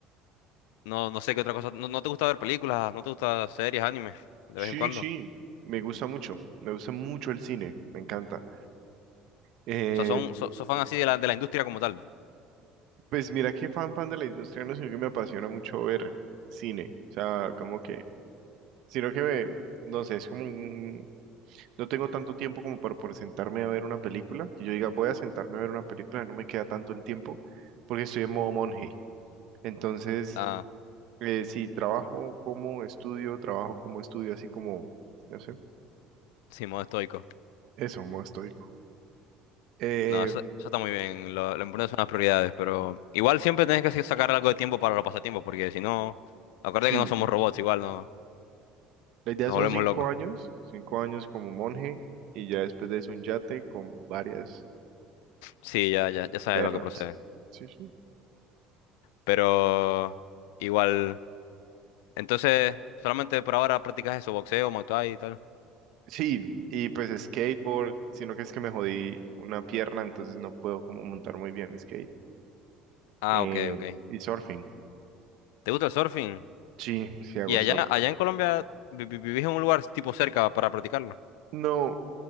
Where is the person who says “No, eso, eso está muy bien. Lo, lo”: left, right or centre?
Left